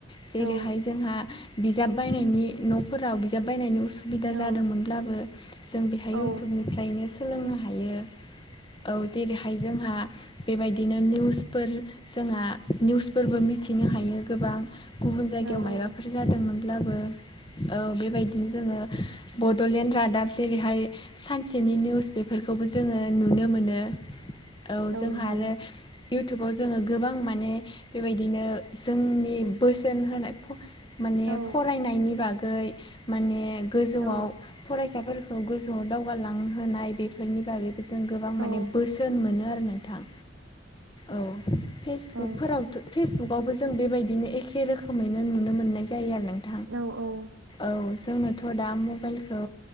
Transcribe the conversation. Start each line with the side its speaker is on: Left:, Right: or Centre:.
Left: जेरैहाय
Right: औ
Left: जोंहा बिजाब बायनायनि न'फोराव बिजाब बायनायनि उसुबिदा
Right: औ
Left: जादोंमोन। ब्लाबो जों बेहाय
Right: औ
Left: इउटुबनिफ्रायनो सोलोंनो हायो। औ जेरैहाय जोंहा बेबायदिनो निउसफोर जोंहा निउसफोरबो मिथिनो हायो गोबां गुबुन जायगायाव
Right: औ
Left: मायबाफोर
Right: औ
Left: जादोंमोनब्लाबो औ बेबायदिनो जोङो बड'लेण्ड रादाब जेरैहाय सानसेनि निउस बेफोरखौबो जोङो नुनो मोनो औ
Right: औ
Left: जोंहा
Right: नंगौ
Left: आरो उइटुबाव जोङो गोबां माने बेबायदिनो जोंनि बोसोन होनाय माने
Right: औ
Left: फरायनायनि बागै माने गोजौआव
Right: औ
Left: फरायसाफोरखौ गोजौआव दावगालांहोनाय बेफोरनि बागै जों गोबां माने
Right: औ
Left: बोसो सोन मोनो आरो नोंथां औ फेसबुकफोरावथ'
Right: औ
Left: फेसबुकावबो जों बेबायदिनो एखे रोखोमैनो नुनो मोननाय जायो आरो नोंथां।
Right: औ औ
Left: औ जोंनोथ' दा मबाइलखौ